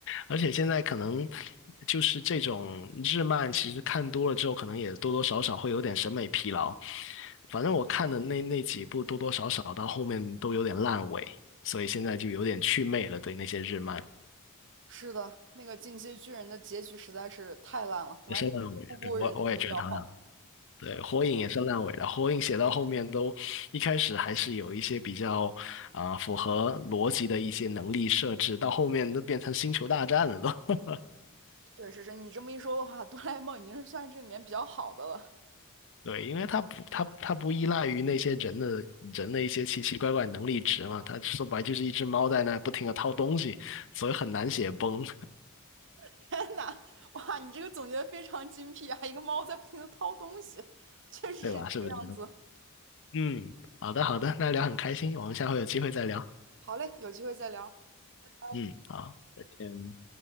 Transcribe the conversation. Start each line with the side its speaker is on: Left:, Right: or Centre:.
Left: 而且现在可能就是这种日漫，其实看多了之后，可能也多多少少会有点审美疲劳。反正我看的那那几部，多多少少到后面都有点烂尾，所以现在就有点祛魅了，对那些日漫。
Right: 是的，那个《进击的巨人》的结局实在是太烂了，完全出乎人的意料。
Left: 也是烂尾，对，我我也觉得他烂。
Right: <laughs>
Left: 对，火影也是烂尾了。火影写到后面都，一开始还是有一些比较啊、符合逻辑的一些能力设置，到后面都变成星球大战了都。<laughs>
Right: 确实是你这么一说的话，哆啦 A 梦已经是算是这里面比较好的了。
Left: 对，因为它不，它它不依赖于那些人的人的一些奇奇怪怪能力值嘛，它说白就是一只猫在那不停的掏东西，所以很难写崩，
Right: 天呐，哇，你这个总结的非常精辟啊！一个猫在不停的掏东西，
Left: <laughs>
Right: 确实是这个样子。
Left: 对吧？是不是？嗯，好的好的，那聊很开心，我们下回有机会再聊。
Right: 好嘞，有机会再聊，拜拜。
Left: 嗯，好，再见。